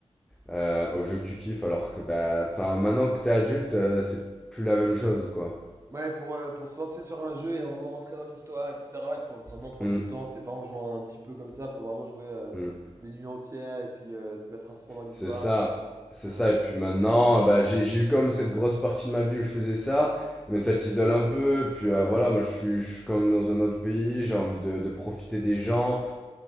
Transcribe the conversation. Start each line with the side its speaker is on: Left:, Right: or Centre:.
Centre: euh, aux jeux que tu kiffes, alors que bah, enfin, maintenant que t'es adulte, euh, c'est plus la même chose, quoi.
Right: Ouais, pour, euh, pour se lancer sur un jeu et vraiment rentrer dans l'histoire, etc., il faut vraiment prendre
Centre: Mm,
Right: du temps. C'est pas en jouant un petit peu comme ça, il faut vraiment jouer euh,
Centre: mm.
Right: des nuits entières et puis euh, se mettre à fond dans l'histoire.
Centre: C'est ça, c'est
Right: Ouais, ouais.
Centre: ça. Et puis maintenant, bah, j'ai j'ai eu comme cette grosse partie de ma vie où je faisais ça, mais ça t'isole un peu. Puis
Right: Ouais,
Centre: euh, voilà,
Right: ouais.
Centre: moi, je suis, je suis comme dans un autre pays, j'ai envie de, de profiter des gens